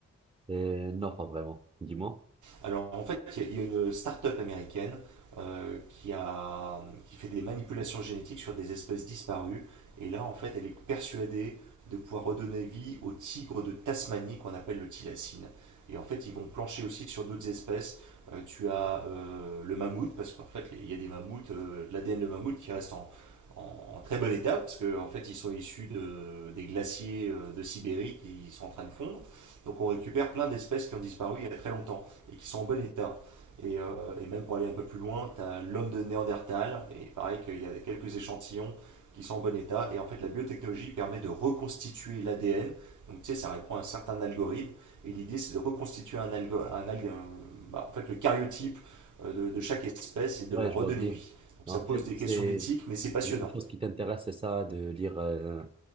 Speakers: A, on the right; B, on the right.
A: Euh, non, pas vraiment. Dis-moi.
B: Alors en fait, il y a- une start-up américaine euh, qui, a, qui fait des manipulations génétiques sur des espèces disparues. Et là, en fait, elle est persuadée de pouvoir redonner vie au tigre de Tasmanie qu'on appelle le thylacine. Et en fait, ils vont plancher aussi sur d'autres espèces. Euh, tu as euh, le mammouth, parce qu'en fait, il y a des mammouths, euh, de l'ADN de mammouth qui reste en, en- en très bon état, parce qu'en fait, ils sont issus de- des glaciers euh, de Sibérie qui sont en train de fondre. Donc on récupère plein d'espèces qui ont disparu il y a très longtemps et qui sont en bon état. Et, euh, et même pour aller un peu plus loin, tu as l'homme de Néandertal, et pareil qu'il y a quelques échantillons qui sont en bon état. Et en fait, la biotechnologie permet de reconstituer l'ADN. Donc, tu sais, ça répond à un certain algorithme. Et l'idée, c'est de reconstituer un, algo, un, alg- euh, bah, en fait, le cariotype euh, de, de chaque espèce et de
A: Ouais,
B: leur
A: je
B: redonner
A: vois bien.
B: vie. Donc,
A: En
B: ça pose
A: fait,
B: des
A: c'est
B: questions d'éthique, mais c'est passionnant.
A: quelque chose qui t'intéresse, c'est ça, de lire. euh,